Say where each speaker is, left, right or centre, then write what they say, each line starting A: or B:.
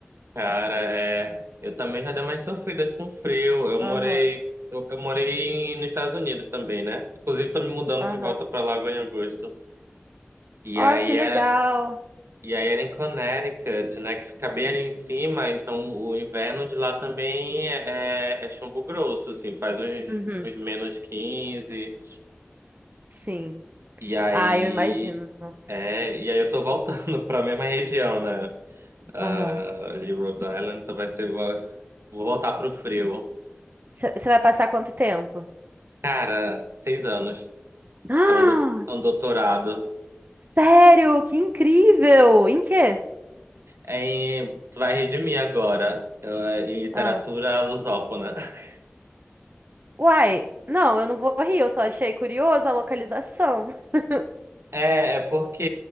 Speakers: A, on the right (about 70°); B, on the right (about 45°).
A: Cara, é, eu também já dei umas sofridas com frio. Eu
B: Aham,
A: morei, eu, eu morei em- nos Estados Unidos também, né? Inclusive, tô me mudando
B: aham.
A: de volta pra lá agora em agosto. E
B: Ó,
A: aí,
B: que legal.
A: é, e aí era em Connecticut, né? Que fica bem ali em cima. Então, o inverno de lá também é, é, é chumbo grosso, assim. Faz uns,
B: Uhum,
A: uns menos quinze
B: sim.
A: E aí...
B: Ah, eu imagino. Nossa.
A: É, e aí eu tô voltando <laughs> pra mesma região, né? Ah,
B: Aham.
A: ali, Rhode Island. Então vai ser... Vou vou voltar pro frio.
B: Você vai passar quanto tempo? <gasps>
A: Cara, seis anos,
B: Ah,
A: é um, do- é um doutorado.
B: sério? Que incrível! Em quê?
A: Em, tu vai rir de mim agora, eh, em literatura
B: Ah.
A: lusófona. <laughs>
B: Uai, não, eu não vou rir, eu só achei curiosa a localização. <laughs>
A: É, é porque